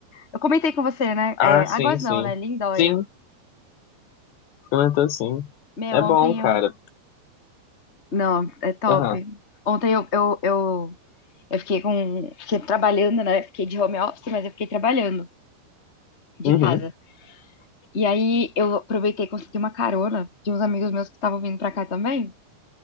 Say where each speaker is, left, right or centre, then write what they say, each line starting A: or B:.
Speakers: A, on the left; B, on the left.
A: Eu comentei com você, né?
B: Ah,
A: É, Águas
B: sim, sim.
A: não, né? Lindóia.
B: Sim, comentou sim.
A: Meu,
B: É
A: ontem
B: bom, cara.
A: eu. Não, é top.
B: Aham.
A: Ontem eu, eu, eu Eu fiquei com, fiquei trabalhando, né? Fiquei de home office, mas eu fiquei trabalhando de
B: Uhum.
A: casa. E aí eu aproveitei e consegui uma carona de uns amigos meus que estavam vindo pra cá também.